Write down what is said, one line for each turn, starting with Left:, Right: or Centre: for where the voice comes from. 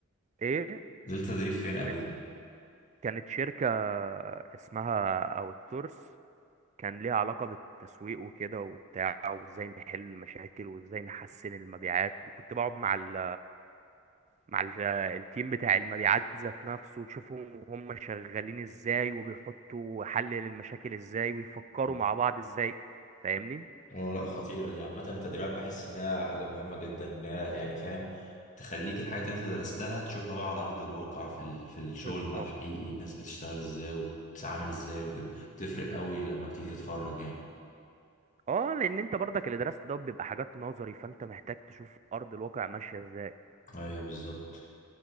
Right: ايه
Left: نزلت تدريب فين قبل
Right: كان
Left: كده
Right: كانت شركة اسمها اوت سورس كان ليها علاقة بالتسويق وكده وبتاع وازاي نحل المشاكل وازاي نحسن المبيعات وكنت بقعد مع ال مع ال- التيم بتاع المبيعات ذات نفسه تشوفهم وهم شغالين ازاي وبيحطوا حل للمشاكل ازاي ويفكروا
Left: مم.
Right: مع بعض ازاي فاهمني
Left: اه لا خطيره دي عامه التدريبات بحس انها حاجه مهمه جدا انها يعني فاهم تخليك الحاجات اللي انت درستها تشوفها بقى على ارض الواقع في ال... في الشغل
Right: بالظبط
Left: بقى الحقيقي الناس بتشتغل ازاي وبتتعامل ازاي وكده بتفرق قوي لما بتيجي تتخرج يعني
Right: اه لان انت برضك اللي درست ده بيبقى حاجات نظري فانت محتاج تشوف ارض الواقع ماشيه ازاي
Left: ايوه بالظبط